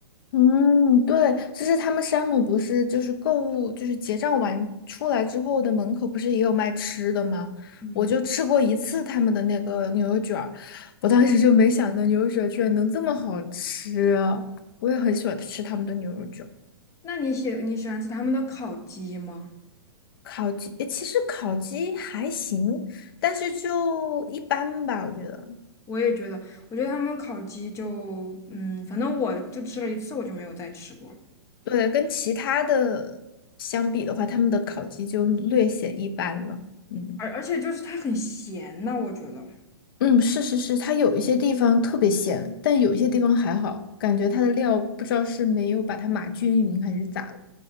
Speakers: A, on the left (about 50°); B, on the left (about 20°).
A: 嗯，对，就是他们山姆不是就是购物，就是结账完出来之后的门口不是也有卖吃的吗？
B: 嗯，
A: 我就吃过一次他们的那个牛肉卷儿，我当时就没想到牛肉卷儿居然能这么好吃啊我也很喜欢吃他们的牛肉卷儿。
B: 那你喜你喜欢吃他们的烤鸡吗？
A: 烤鸡，诶其实烤鸡还行，但是就一般吧，我觉得。
B: 我也觉得，我觉得他们烤鸡就嗯，反正我就吃了一次，我就没有再吃过了。
A: 对，跟其他的相比的话，他们的烤鸡就略显一般了。嗯
B: 而而且就是它很咸呐，我觉得。
A: 嗯，是是是，它有一些地方特别咸，但有一些地方还好，感觉它的料不知道是没有把它码均匀还是咋了。